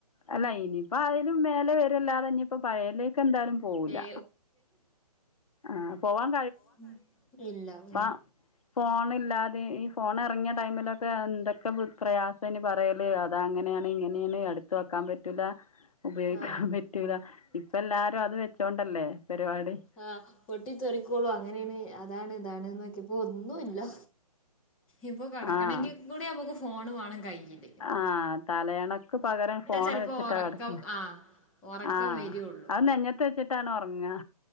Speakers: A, on the left (about 60°); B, in the centre.
A: അല്ല ഇനിയിപ്പോ അതിലും മേലെ വെര്യല്ലാതെ ഇഞ്ഞിപ്പം പഴേല് ക്കെന്തായാലും പോവൂല്ല
B: ഏ
A: ആഹ് പോവാൻ
B: പോവാൻ കഴിയൂല്ല ഇല്ല ഉം.
A: ഫാ ഫോണ് ഇല്ലാതെ ഈ ഫോണെറ്ങ്ങിയ ടൈമിലൊക്കെ എന്തൊക്കെ ബു പ്രയാസേനി പറയല് അ തങ്ങനെയാണ് ഇങ്ങനെയാണ് അട്ത്ത് വെക്കാൻ പറ്റൂലാ ഉപയോയിക്കാൻ
B: ആ
A: പറ്റൂലാ ഇപ്പെല്ലാരും അ ത് വെച്ചോണ്ടല്ലേ പരിവാടി
B: ആഹ് പൊട്ടിത്തെറിക്കോളൂ അങ്ങനെയാണ് അതാണ് താണ് നോക്കിയപ്പോ ഒന്നുല്ലാ ഇപ്പോ കെടക്കണങ്കി
A: ആഹ്
B: കൂടിയമ്മക്ക് ഫോണ് വാണം കയ്യില്
A: ആഹ് തലേണക്ക് പകരം ഫോണ്
B: ചിലപ്പോൾ
A: വെച്ചിട്ടാ
B: ഉറക്കം
A: കടക്ക്ണെ
B: ആ ഉറക്കം
A: ആഹ്
B: വരികയുള്ളൂ
A: അഹ് നെഞ്ഞത്തെച്ചിട്ടാണ് ഒറങ്ങാ